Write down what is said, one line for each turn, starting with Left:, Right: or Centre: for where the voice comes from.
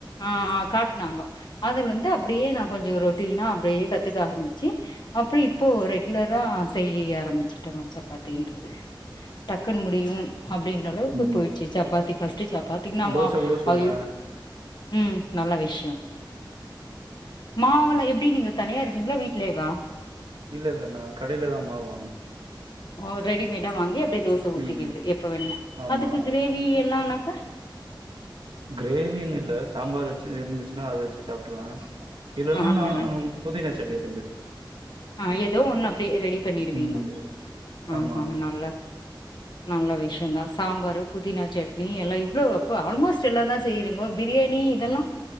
Left: ஆ காட்னாங்கொ அதுலந்து அப்டியே நா கொஞ்சொ ரொட்டீனா அப்டியே கத்துக்க ஆரம்பிச்சு அப்ற இப்போ ரெகுலரா செய்ய ஆரம்பிச்சுட்டே நா சப்பாத்தின்றது டக்குன் முடியு அப்டின்ற அளவுக்கு
Right: ம்
Left: போ சப்பாத்தி ஃபஸ் ட்டு சப்பாத்தீங்னா
Right: தோச
Left: வா
Right: கூட சுடுவே
Left: அ யோ ம் நல்ல விஷ்யொ மாவுலா எப்டி நீங்க தனியா இருக்கீங்ளா வீட்லயேவா
Right: இல்லெல்ல நா கடைல தா மாவு வாங்கனு
Left: ஓ ரெடிமேடா வாங்கி அப்டி தோச ஊத்திக்கிற்து
Right: ம்
Left: எப்ப வேணுமோ
Right: ஆமா
Left: அதுக்கு கிரேவி எ ல்லா உனக்கு
Right: கிரேவின் இல்ல சாம்பார் வச்சது இருந்துச்சுனா அத வச்சு சாப்ட்ருவே இல்லனா
Left: ஆஹா
Right: நா புதினா சட்னி செஞ்சு
Left: ஆ எதோ ஒன்னு அப்டே ரெடி பண்ணிடுவீங்கொ
Right: ம்
Left: அஹ
Right: ஆமா
Left: நல்ல நல்ல விஷ்யொந்தா சாம்பாரு புதினா சட்னி எல்லா இவ்ளோ அப்ப ஆல்மோஸ்ட் எல்லாந்தா செய்றீங்கொ பிரியாணி இதெல்லா